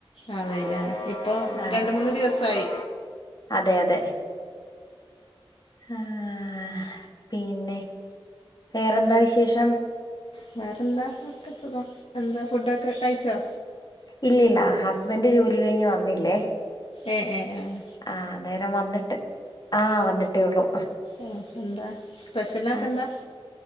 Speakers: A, on the left; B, on the left.
A: ആ വേയിലാണ് ഇപ്പൊ
B: ആഹ്
A: രണ്ട് മൂന്ന് ദിവസായി
B: അതെ അതെ ആഹ് പിന്നെ വേറെന്താ വിശേഷം
A: വേറെന്താ ഒക്കെ സുഖം എന്താ ഫുഡൊക്കെ കഴിച്ചോ
B: ഇല്ലില്ല ഹസ്ബൻണ്ട് ജോലി കഴിഞ്ഞ് വന്നില്ലേ
A: എഹ് ഏഹ് ഏഹ്
B: ആഹ് നേരം വന്നിട്ട് ആഹ് വന്നിട്ടേ ഉള്ളൂ
A: ഓ എന്താ സ്പെഷ്യലൊക്കെ
B: ആഹ്
A: എന്താ